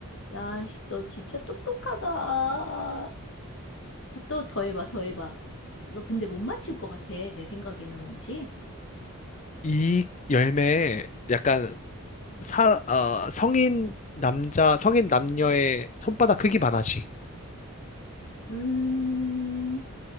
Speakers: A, on the left; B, on the left.
A: 야, 씨, 너 진짜 똑똑하다. 야, 또 더 해봐, 더 해봐. 너 근데 못 맞힐 것 같아, 내 생각에는 왠지.
B: 이 열매에 약간 사, 어, 성인 남자, 성인 남녀의 손바닥 크기만 하지.
A: 음.